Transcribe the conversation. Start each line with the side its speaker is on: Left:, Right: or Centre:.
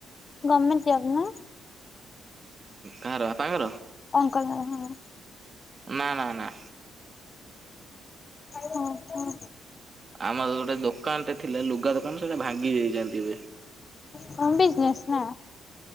Left: ଗମେଣ୍ଟ ଜବ୍ ନା?
Right: କାହାର ବାପାଙ୍କର?
Left: ଅଙ୍କଲଙ୍କ ହଁ।
Right: ନା-ନା-ନା।
Left: ହଁ ହଁ।
Right: ଆମ ଗୋଟେ ଦୋକାନଟେ ଥିଲା ଲୁଗା ଦୋକାନ ସେଇଟା ଭାଙ୍ଗି ଦେଇଚନ୍ତି ଏବେ।
Left: ହଁ ବିଜିନେସ ନା।